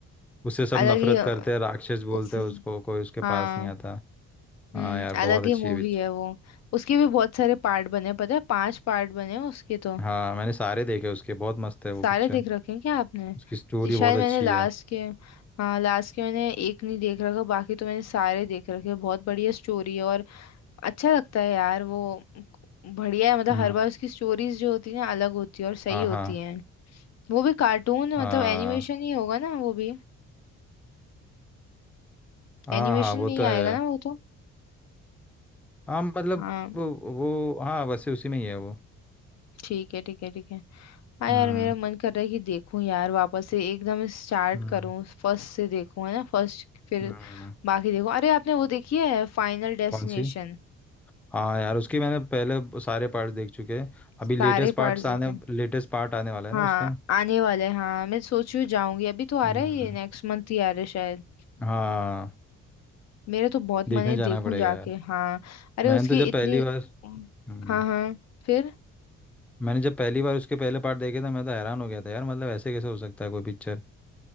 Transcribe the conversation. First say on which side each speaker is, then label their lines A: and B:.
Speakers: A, in the centre; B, on the left (about 60°).
A: उससे सब
B: अलग
A: नफरत
B: ही अ,
A: करते हैं राक्षस बोलते
B: उस
A: हैं उसको कोई उसके
B: हाँ
A: पास नहीं आता हाँ
B: हम्म
A: यार बहुत
B: अलग
A: अच्छी
B: ही मूवी
A: है पिक्च-
B: है वो उसके भी बहुत सारे पार्ट बने पता है पांच पार्ट बने हैं उसके तो
A: हाँ मैंने सारे देखे उसके बहुत मस्त है वो
B: सारे
A: पिक्चर
B: देख रखे हैं क्या आपने
A: उसकी स्टोरी
B: जी शायद
A: बहुत अच्छी
B: मैंने लास्ट
A: है
B: के हाँ लास्ट के मैंने एक नहीं देख रखा बाकी तो मैंने सारे देख रखे हैं। बहुत बढ़िया स्टोरी है और अच्छा लगता है यार वो बढ़िया है मतलब
A: हम्म
B: हर बार उसकी स्टोरीज जो होती है ना अलग होती है और सही
A: हाँ
B: होती
A: हाँ
B: है वो भी कार्टून
A: हाँ
B: मतलब एनिमेशन ही होगा ना वो भी
A: हाँ
B: एनिमेशन
A: हाँ वो
B: में
A: तो
B: ही
A: है
B: आएगा ना वो तो
A: हाँ मतलब
B: हाँ
A: वो वो हाँ वैसे उसी में ही है वो
B: ठीक है ठीक है ठीक है हाँ
A: हम्म
B: यार मेरा मन कर रहा है कि देखूं यार वापस से एकदम स्टार्ट
A: हम्म
B: करूं फर्स्ट से देखूं है ना फर्स्ट फिर
A: हम्म
B: बाकी देखूं अरे आपने वो देखी है फाइनल डेस्टिनेशन
A: कौन सी हाँ यार उसके मैंने पहले सारे पार्ट देख चुके हैं अभी
B: सारे
A: लेटेस्ट पार्ट्स
B: पार्ट देखे
A: आने लेटेस्ट पार्ट आने वाला है
B: हाँ
A: ना उसका
B: आने वाले हैं, हाँ मैं सोच रही हूँ जाऊंगी अभी तो आ
A: हम्म
B: रहा है ये नेक्स्ट मंथ ही आ रहा है शायद
A: हाँ
B: मेरा तो बहुत
A: देखने
B: मन है
A: जाना
B: देखूं
A: पड़ेगा
B: जाके
A: यार
B: हाँ अरे
A: मैंने
B: उसकी
A: तो जब
B: इतनी
A: पहली बार हम्म
B: हाँ हाँ फिर
A: मैंने जब पहली बार उसके पहले पार्ट देखे थे मैं तो हैरान हो गया था यार मतलब ऐसे कैसे हो सकता है कोई पिक्चर